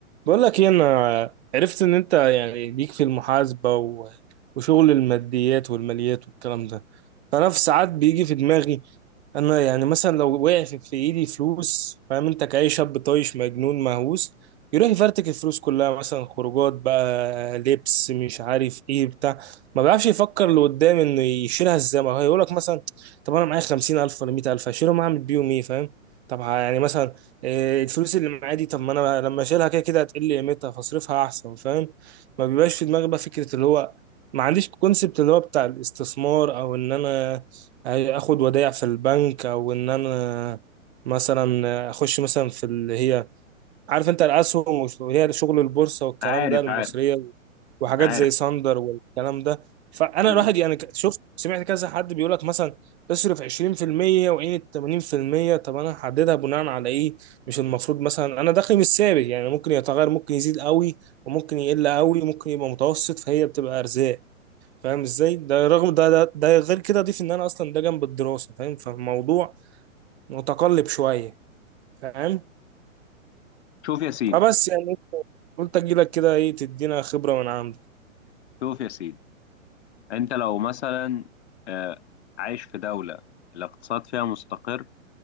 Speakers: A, on the right (about 50°); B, on the left (about 55°).
A: بقول لك ايه انا عرفت ان انت يعني ليك في المحاسبه و... وشغل الماديات والماليات والكلام ده فانا في ساعات بيجي في دماغي انا يعني مثلا لو وقع في في ايدي فلوس فاهم انت كأي شاب طايش مجنون مهووس يروح يفرتك الفلوس كلها مثلا خروجات بقى لبس مش عارف ايه بتاع ما بيعرفش يفكر لقدام انه يشيلها ازاي ما هو يقول لك مثلا طب انا معايا 50000 ولا 100000 هشيلهم اعمل بيهم ايه فاهم طب يعني مثلا إيه، الفلوس اللي معايا دي طب ما انا لما اشيلها كده كده هتقل قيمتها فاصرفها احسن فاهم ما بيبقاش في دماغي بقى فكره اللي هو ما عنديش كونسبت اللي هو بتاع الاستثمار او ان انا اخد ودائع في البنك او ان انا مثلا اخش مثلا في اللي هي عارف انت الاسهم وش- واللي هي شغل البورصه والكلام
B: عارف
A: ده المصريه
B: عارف
A: وحاجات
B: عارف
A: زي ساندر والكلام ده فانا
B: مم.
A: الواحد يعني ك- شفت سمعت كذا حد بيقول لك مثلا تصرف 20% وعين 80% طب انا هحددها بناء على ايه مش المفروض مثلا انا دخلي مش ثابت يعني ممكن يتغير ممكن يزيد قوي وممكن يقل قوي ممكن يبقى متوسط فهي بتبقى ارزاق فاهم ازاي ده رغم ده ده, ده غير كده اضيف ان انا اصلا ده جنب الدراسه فاهم فالموضوع متقلب شويه فاهم
B: شوف يا سيدي
A: فبس يعني قلت اجيلك كده ايه تدينا خبرة من عندك
B: شوف يا سيدي انت لو مثلا آه، عايش في دولة الاقتصاد فيها مستقر